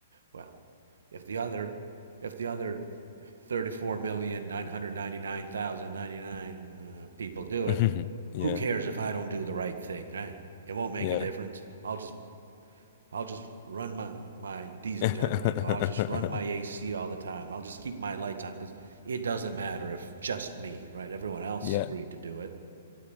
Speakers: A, on the right; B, on the left.
A: well, if the other, if the other 34,999,099 uh, people do
B: hmm
A: it,
B: <laughs> Yeah,
A: who cares if I don't do the right thing, right? It won't make
B: yeah.
A: a difference. I'll just I'll just run my, my diesel
B: <laughs>
A: generator. I'll just run my AC all the time. I'll just keep my lights on because it doesn't matter if just me, right? Everyone else
B: Yeah,
A: agreed to do it.